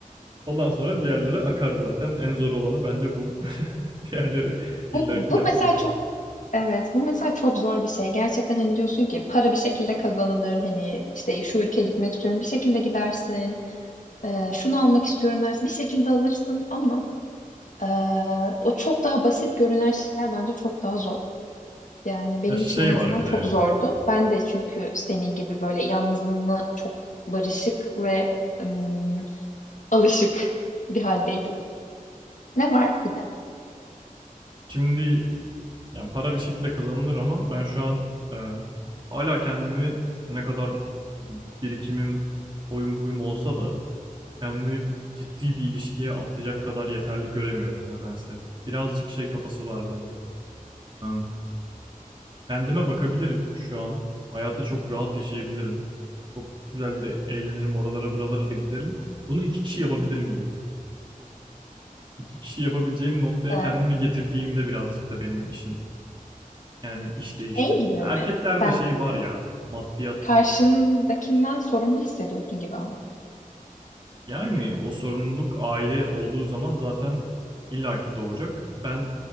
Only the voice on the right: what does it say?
ondan sonra diğerleri akar zaten. En zor olanı bence bu. <laughs> Diğerleri illaki
yapılır.
Ya şey
var bir
de ya.
Şimdi Yani para bir şekilde kazanılır ama ben şu an e, hala kendimi ne kadar e, birikimim, oyun buyum olsa da kendimi ciddi bir ilişkiye atlayacak kadar yeterli göremiyorum nedense. Birazcık şey kafası var bende. Em, kendime bakabilirim şu an. Hayatı çok rahat yaşayabilirim. Çok güzel de eğlenirim, oralara buralara da giderim. Bunu iki kişi yapabilir miyim? İki kişi yapabileceğim noktaya
kendimi getirdiğimde birazcık da benim işin Yani iş değişecek.
Erkeklerde
şey var ya maddiyat.
Yani o sorumluluk aile olduğu zaman zaten illaki doğacak. Ben